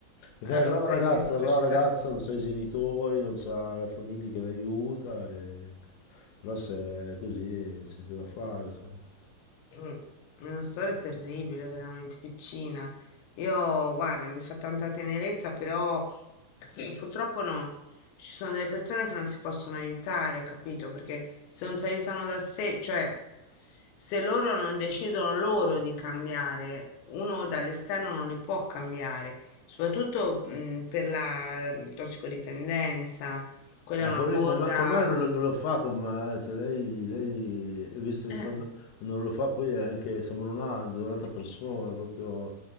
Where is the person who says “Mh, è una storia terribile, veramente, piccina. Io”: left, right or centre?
Left